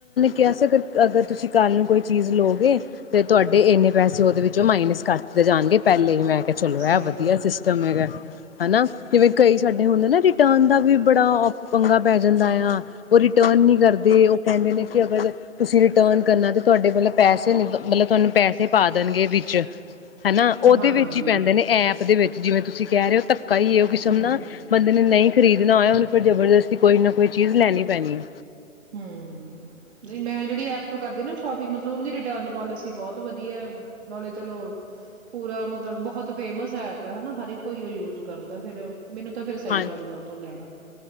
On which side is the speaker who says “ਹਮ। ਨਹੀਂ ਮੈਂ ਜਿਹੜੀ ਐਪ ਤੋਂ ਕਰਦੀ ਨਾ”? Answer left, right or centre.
Right